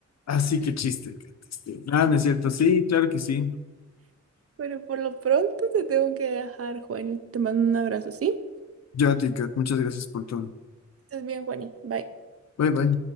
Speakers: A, on the left; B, on the right.
A: Así que chiste. Kat, este, Ah, no es cierto. Sí, claro que sí.
B: Pero por lo pronto te tengo que dejar, Juani. Te mando un abrazo, ¿sí?
A: Yo a ti, Kat. Muchas gracias por todo.
B: Estés bien, Juani. Bye.
A: Bye, bye.